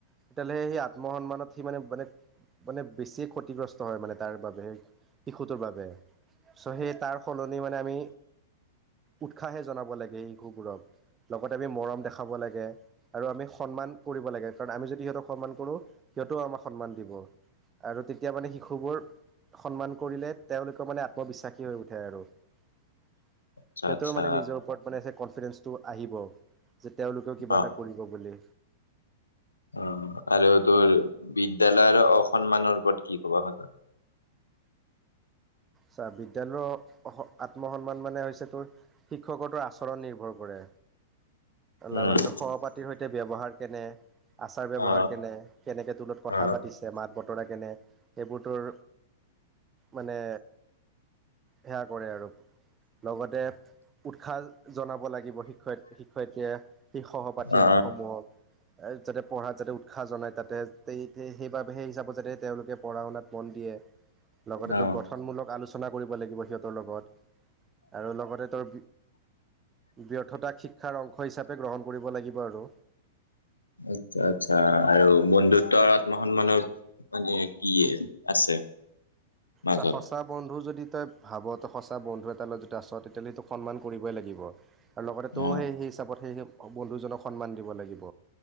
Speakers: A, on the right (about 20°); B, on the left (about 85°).
A: তেতিয়াহ'লে সেই আত্ম সন্মানত সি মানে মানে- মানে বেছি ক্ষতিগ্ৰস্ত হয় মানে তাৰ বাবে সেই শিশুটোৰ বাবে চ' সেই তাৰ সলনি মানে আমি উৎসাহে জনাব লাগে শিশুবোৰক লগতে আমি মৰম দেখাব লাগে আৰু আমি সন্মান কৰিব লাগে কাৰণ আমি যদি সিহঁতক সন্মান কৰো। সিহঁতেও আমাক সন্মান দিব আৰু তেতিয়া মানে শিশুবোৰ সন্মান কৰিলে তেওঁলোকৰ মানে আত্মবিশ্বাসী হৈ উঠে আৰু সিহঁতেও
B: আচ্ছা আচ্ছা
A: মানে নিজৰ ওপৰত মানেই কনফিডেন্ঞ্চটো আহিব। যে তেওঁলোকেও কিবা
B: অ
A: এটা কৰিব বুলি।
B: অ আৰু তোৰ বিদ্যালয়ৰ অসন্মানৰ ওপৰত কি কবা খোজা
A: ছাৰ বিদ্যালয়ৰ আত্মসন্মান মানে হৈছে তোৰ- শিক্ষকতৰ আচৰণ নিৰ্ভৰ কৰে।
B: উম
A: লগতে সহ পাতিৰ সৈতে ব্যৱহাৰ কেনে? আচাৰ ব্যৱহাৰ
B: অ
A: কেনে কেনেকৈ তোৰ লগত কথা
B: অ অ
A: পাতিছে মাত বতৰা কেনে? সেইবোৰতৰ মানে সেয়া কৰে আৰু লগতে উৎসাহ জনাব লাগিব শিক্ষয় শিক্ষয়িত্ৰীয়ে শ সহপাঠী
B: অ
A: সমূহক আ যাতে পঢ়াত যাতে উৎসাহ জনায় তাতে সেইবাবে সেই হিচাপত যাতে তেওঁলোকে পঢ়া শুনাত মন দিয়ে। লগতে
B: অ অ
A: গঠনমূলক আলোচনা কৰিব লাগিব সিহঁতৰ লগত আৰু লগতে তোৰ ব্যৰ্থতা শিক্ষাৰ অংশ হিচাপে গ্ৰহণ কৰিব লাগিব আৰু
B: আচ্ছা আচ্ছা আৰু বন্ধুত্ব আৰত মহন মানুহ মানে কি আছে? মাজত
A: ত সঁচা বন্ধু যদি তই ভাৱ তই সঁচা বন্ধু এটালৈ যদি আছ তেতিয়াহ'লে সেইটো সন্মান কৰিবই লাগিব। আৰু লগতে তয়
B: অ
A: সেই সেই হিচাপত সেই বন্ধুজনক সন্মান দিব লাগিব।